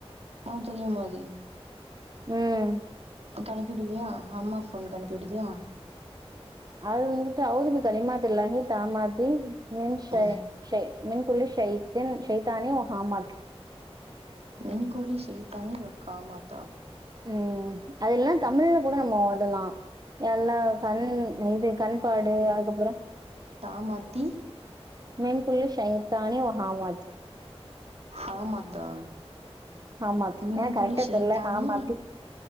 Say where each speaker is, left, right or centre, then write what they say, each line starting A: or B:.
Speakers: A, on the right; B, on the right.
A: ஒனக் தெரியுமா அது
B: ம்
A: அதுக் அனுப்பிஉடுவியா அம்மா ஃபோன்க்கு அனுப்பிஉடுதியா
B: அஊது பிக அஊது பி கலிமாத்தில்லாஹி தாம்மாத்தி மின்ஷை
A: ம்.
B: ஷை மின் புல்லி ஷைத்தின் ஷைத்தானே ஹாமாத்
A: மின்குல்லி ஷைய்தானி வ காமாத்தா
B: ம் அது இல்லனா தமிழ்ல கூட நம்ம ஓதலா எல்லா கண் இது கண்பாடு அதுக்கப்றோ
A: ஆமாத்தி
B: மின்குல்லி ஷைத்தானிவ் வ ஹாமாத்
A: ஹாமாத்தா
B: ஹாமாத்
A: மின்குலி
B: ஏ கரெக்டா
A: ஷைத்தானி
B: தெர்ல ஹாமாத்தி